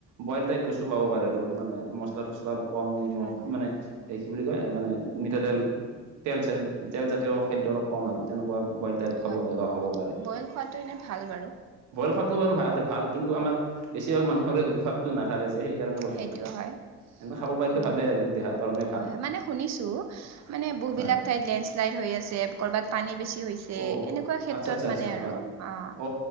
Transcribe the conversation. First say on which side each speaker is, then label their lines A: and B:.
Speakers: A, on the right (about 80°); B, on the right (about 60°).
A: বইল টাইপ বস্তু পাব পাৰে আৰু মানে মছলা তচলা অলপ কম নিমখ
B: হয় হয়
A: মানে
B: উম
A: এই কি বুলি কয় মানে মিঠাতেল তেল চেল তেলজাতীয় খাদ্য অলপ কম আৰু তেনেকুৱা বইল টাইপ খাব
B: হয়
A: লগা হ'ব পাৰে।
B: বইল খোৱাটো এনে ভাল বাৰু
A: বইল খোৱাটো বাৰু ভাল ভাল কিন্তু আমাৰ বেছিভাগ মানুহৰে অভ্যাসটো নাথাকে যে, সেইকাৰণে কৈছো
B: সেইটো
A: আৰু।
B: হয়
A: এনে খাব পাৰিলে
B: উম
A: ভালে আৰু দেহাৰ কাৰণে ভাল
B: হয় হয়, মানে শুনিছো মানে বহু
A: হয়
B: বিলাক ঠাইত লেণ্ডশ্লাইড হৈ আছে ক'ৰবাত পানী বেছি হৈছে
A: অ
B: এনেকুৱা ক্ষেত্ৰত
A: আচ্ছা আচ্ছা আচ্ছা
B: মানে আৰু,
A: হয়
B: অঁ।
A: অ',